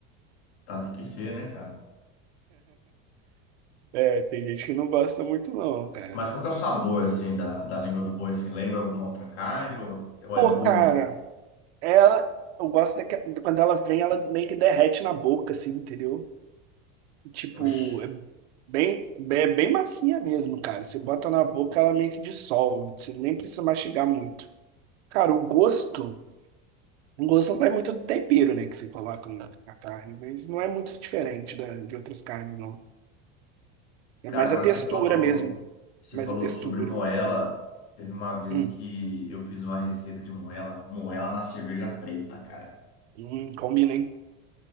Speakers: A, on the left; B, on the right.
A: Tá, tem que ser, né, cara?
B: É, tem gente que não gosta muito, não, cara.
A: Mas qual que é o sabor, assim, da, da língua do boi, assim? Lembra alguma outra carne ou, ou
B: Pô,
A: é única?
B: cara, ela. Eu gosto de que- de quando ela vem, ela meio que derrete na boca, assim, entendeu? Tipo,
A: Oxi.
B: é bem, é bem macia mesmo, cara. Você bota na boca, ela meio que dissolve. Você nem precisa mastigar muito. Cara, o gosto. O gosto vai muito do tempero, né, que você coloca na, na carne, mas não é muito diferente da, de outras carnes, não. É
A: Cara,
B: mais
A: agora
B: a textura
A: você falou,
B: mesmo.
A: você
B: Mais
A: falou
B: a textura.
A: sobre moela. Teve uma vez
B: Hum,
A: que eu fiz uma receita de moela, moela na cerveja preta, cara.
B: hum, combina, hein?